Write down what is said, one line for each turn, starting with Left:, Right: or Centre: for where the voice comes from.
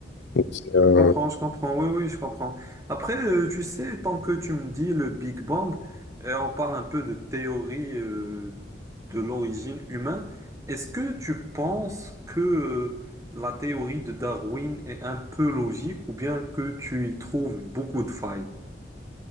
Left: Donc, c'est, euh,
Right: Je comprends, je comprends, oui, oui, je comprends. Après, euh, tu sais, tant que tu me dis le Big Bang, euh, on parle un peu de théorie euh, de l'origine humaine, est-ce que tu penses que euh, la théorie de Darwin est un peu logique ou bien que tu y trouves beaucoup de failles?